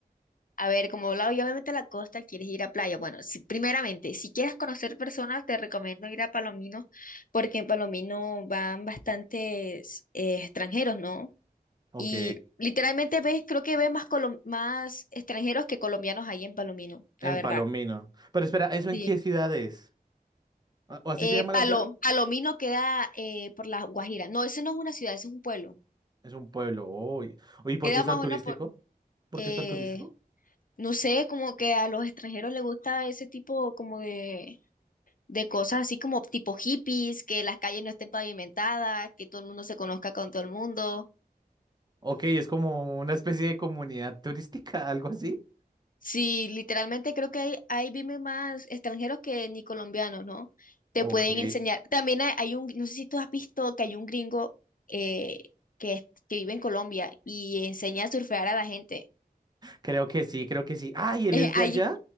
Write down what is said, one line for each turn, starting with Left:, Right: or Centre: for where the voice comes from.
Left: a ver, como hablaba yo, obviamente a la costa, quieres ir a playa. Bueno, si- primeramente, si quieres conocer personas, te recomiendo ir a Palomino, porque en Palomino van bastantes eh, extranjeros, ¿no?
Right: Ok,
Left: Y literalmente ves, creo que ves más, colom- más extranjeros que colombianos ahí en Palomino,
Right: en
Left: la verdad.
Right: Palomino. Pero espera, ¿eso
Left: Sí.
Right: en qué ciudad es? ¿A- ¿O así
Left: Eh,
Right: se llama
Left: Palo-
Right: la ciudad?
Left: Palomino queda eh, por la Guajira. No, ese no es una ciudad, ese es un pueblo.
Right: Es un pueblo. Uy, Uy, ¿por
Left: Queda
Right: qué es
Left: más
Right: tan
Left: o
Right: turístico?
Left: menos por,
Right: ¿Por
Left: eh,
Right: qué es tan turístico?
Left: no sé, como que a los extranjeros les gusta ese tipo como de, de cosas así como tipo hippies, que las calles no estén pavimentadas, que todo el mundo se conozca con todo el mundo.
Right: Ok, es como una especie de comunidad turística, <laughs> algo así.
Left: Sí, literalmente creo que ahí, ahí viven más extranjeros que ni colombianos, ¿no? Te
Right: Ok.
Left: pueden enseñar. También hay, hay un, no sé si tú has visto que hay un gringo eh, que, es- que vive en Colombia y enseña a surfear a la gente. <laughs>
Right: Creo que sí, creo que sí. ¡Ay, él
Left: Eh,
Right: es de
Left: Hay,
Right: allá!